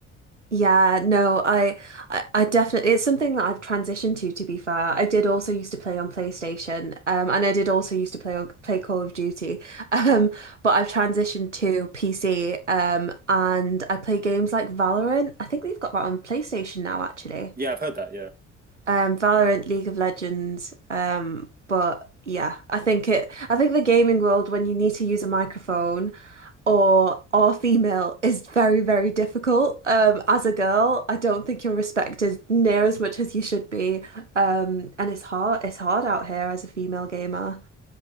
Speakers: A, on the right; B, on the right.
A: Yeah, no, I, I, I definitely, it's something that I've transitioned to, to be fair. I did also used to play on PlayStation, um, and I did also used to play on play Call of Duty, <laughs> um, but I've transitioned to PC, um, and I play games like Valorant. I think they've got that on PlayStation now, actually.
B: Yeah, I've heard that. Yeah.
A: Um, Valorant, League of Legends. Um, but yeah, I think it. I think the gaming world, when you need to use a microphone or or female, is very, very difficult. Um, as a girl, I don't think you're respected near as much as you should be. Um, and it's hard. It's hard out here as a female gamer.